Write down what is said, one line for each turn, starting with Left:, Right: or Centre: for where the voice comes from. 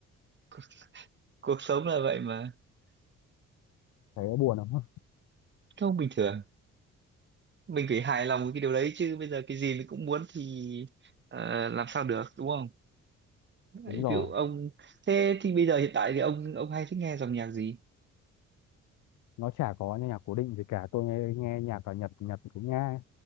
Right: cuộc cuộc sống là vậy mà
Left: thấy nó buồn không
Right: không bình thường mình phải hài lòng với cái điều đấy chứ bây giờ cái gì mình cũng muốn thì ờ, làm sao được đúng không Đấy,
Left: đúng rồi
Right: ví dụ ông thế thì bây giờ hiện tại thì ông ông hay thích nghe dòng nhạc gì
Left: nó chả có nhạc cố định gì cả tôi nghe nghe nhạc ở Nhật Nhật cũng nghe